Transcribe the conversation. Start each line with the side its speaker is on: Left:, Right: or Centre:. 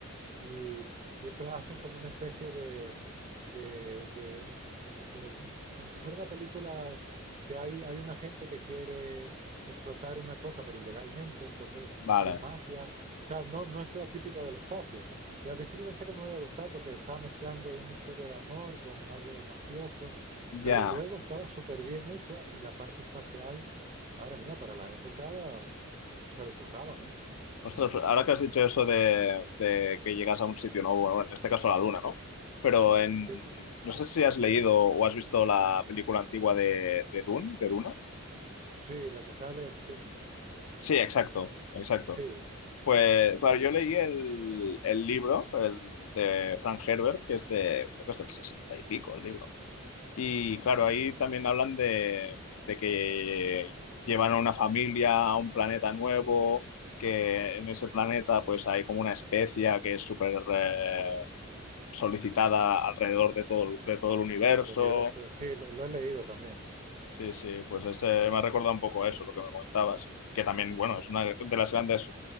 Right: Y, y entonces hacen como una especie de, de, de- de- como si fuera una película que hay, hay una gente que quiere explotar una cosa, pero ilegalmente, entonces
Left: vale,
Right: hay mafia. O sea, no, no es la típica del espacio. Y al principio pensé que no me iba a gustar porque estaba mezclando ahí una historia de amor con algo mafioso,
Left: ya.
Right: pero luego estaba súper bien hecha y la parte espacial, madre mía, para la época se lo curraban, ¿eh?
Left: Ostras, ahora que has dicho eso de, de que llegas a un sitio nuevo, bueno, en este caso la luna, ¿no? Pero en...
Right: Sí,
Left: No sé si has leído o has visto la película antigua de, de Dune, de Duna.
Right: sí, la que sale es Sting.
Left: Sí, exacto, exacto.
Right: Sí,
Left: Pues, claro, yo leí el, el libro, el de Frank Herbert, que es de, creo que es del sesenta y pico el libro. Y claro, ahí también hablan de, de que llevan a una familia a un planeta nuevo, que en ese planeta pues hay como una especia que es súper eh, solicitada alrededor de todo, de todo el universo.
Right: Del universo, sí, lo, lo he leído también.
Left: Sí, sí, pues ese, me ha recordado un poco eso, lo que me comentabas, que también, bueno, es una de las grandes